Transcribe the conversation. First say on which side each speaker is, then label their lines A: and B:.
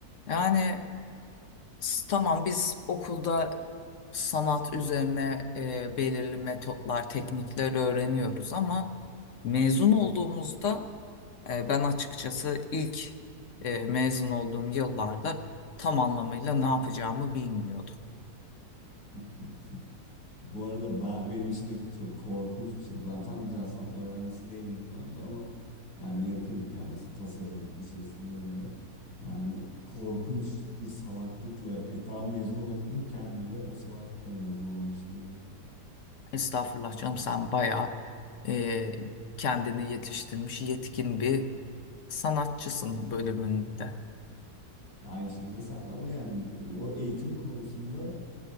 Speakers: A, on the left; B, on the left.
A: Yani s- tamam biz okulda sanat üzerine e, belirli metotlar, teknikler öğreniyoruz ama mezun olduğumuzda e, ben açıkçası ilk e, mezun olduğum yıllarda tam anlamıyla ne yapacağımı bilmiyordum.
B: <laughs> Bu arada ben benim için de çok korkunç bir şeydi. Ben tam güzel sanatlar öğrencisi değilim şu anda ama yani yakın yani işte tasarım içerisinde bile yani korkunç bir salaklıkla daha mezun olurken bile o salaklıkla mezun olmuştum ya.
A: Estağfurullah canım sen bayağı e, kendini yetiştirmiş yetkin bir sanatçısın bölümünde.
B: Aynı şekilde sen de ama yani o eğitim konusunda